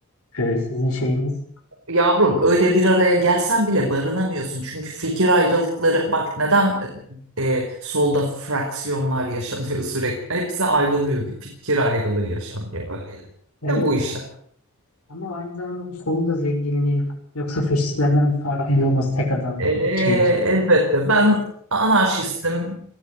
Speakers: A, on the left; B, on the right.
A: e, sizin şeyiniz.
B: Yavrum öyle bir araya gelsen bile barınamıyorsun. Çünkü fikir ayrılıkları bak neden e, solda fraksiyonlar yaşanıyor <laughs> sürekli. Hepsi ayrılıyor bir fikir ayrılığı yaşanıyor öyle.
A: Evet,
B: Ne bu işler?
A: bu Ama aynı zamanda bu solun da zenginliği yoksa faşistlerden bir farklı olması tek adam,
B: E,
A: tek şey için.
B: elbette ben anarşistim.